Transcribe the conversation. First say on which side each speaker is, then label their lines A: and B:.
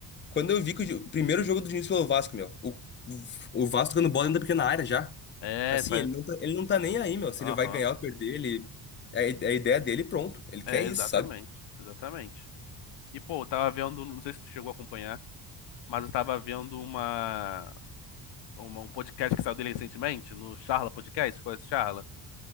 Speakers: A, on the left; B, on the left.
A: Quando eu vi que o, Di- o primeiro jogo do Diniz pelo Vasco, meu, o, o Vasco tocando bola dentro da pequena área já.
B: É,
A: Assim,
B: essa.
A: ele não tá, ele não tá nem aí, meu. Se
B: Aham.
A: ele vai ganhar ou perder, ele. É a, é a ideia dele, pronto. Ele
B: É,
A: quer isso,
B: exatamente.
A: sabe?
B: Exatamente. E, pô, eu tava vendo, não sei se tu chegou a acompanhar, mas eu tava vendo uma, uma- um podcast que saiu dele recentemente, no Charla Podcast, conhece o Charla?